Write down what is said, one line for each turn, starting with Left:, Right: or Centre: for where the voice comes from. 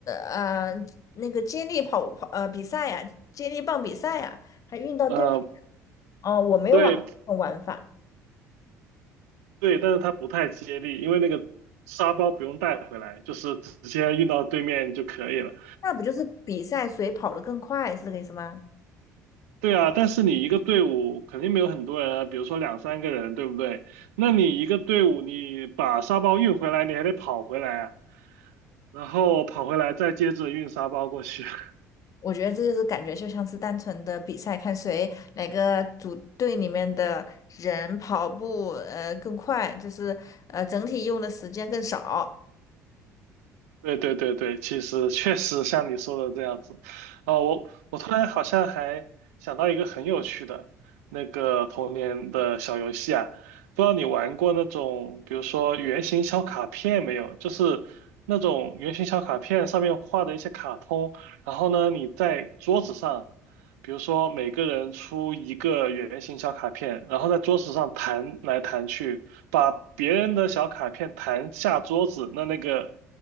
Left: 呃那个接力跑跑呃比赛呀、接力棒比赛呀、还运到对面
Right: 呃，
Left: 哦，我没有玩过这种玩法，
Right: 对对，但是它不太接力，因为那个沙包不用带回来，就是直接运到对面就可以了。
Left: 那不就是比赛谁跑得更快，是这个意思吗？
Right: 对啊，但是你一个队伍肯定没有很多人啊，比如说两三个人，对不对？那你一个队伍，你把沙包运回来，你还得跑回来啊，然后跑回来再接着运沙包过去。<laughs>
Left: 我觉得这就是感觉就像是单纯的比赛，看谁哪个组队里面的人跑步呃更快，就是呃整体用的时间更少。
Right: 对对对对，其实确实像你说的这样子，啊、我我突然好像还想到一个很有趣的那个童年的小游戏啊，不知道你玩过那种，比如说圆形小卡片没有？就是那种圆形小卡片上面画的一些卡通，然后呢，你在桌子上。比如说每个人出一个圆形小卡片，然后在桌子上弹来弹去，把别人的小卡片弹下桌子，那那个